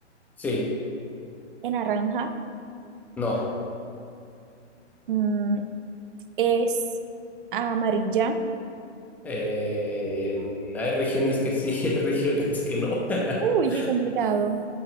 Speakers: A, in the centre; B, on the right.
A: Sí,
B: en naranja.
A: no.
B: Mm, es amarilla.
A: Eh, hay regiones que sí, <laughs> hay regiones que no. <laughs>
B: Uy, qué complicado.